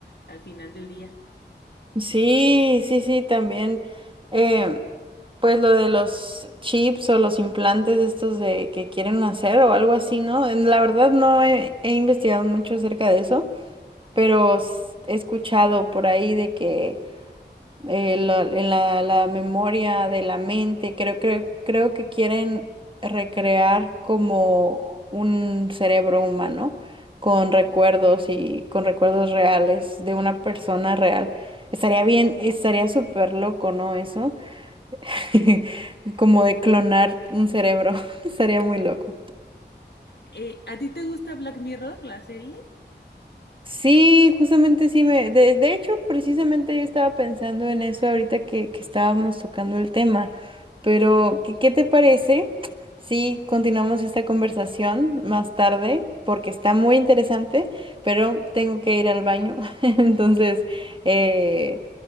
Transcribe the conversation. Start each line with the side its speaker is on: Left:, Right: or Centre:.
Left: Al final del día.
Right: Sí, sí, sí, también. eh, pues lo de los chips o los implantes estos de que quieren hacer o algo así, ¿no? En- La verdad no he, he investigado mucho acerca de eso, pero s- he escuchado por ahí de que eh, la- en la, la memoria de la mente. Creo, creo, creo que quieren recrear como un cerebro humano con recuerdos y con recuerdos reales de una persona real. Estaría bien, estaría súper loco, ¿no? Eso, <laughs> como de clonar un cerebro, <laughs> estaría muy loco.
Left: Eh, ¿a ti te gusta Black Mirror, la serie?
Right: Sí, justamente sí me, de, de hecho, precisamente yo estaba pensando en eso ahorita que, que estábamos tocando el tema, pero ¿qué, qué te parece si continuamos esta conversación más tarde? Porque está muy interesante, pero tengo que ir al baño, <laughs> entonces, eh,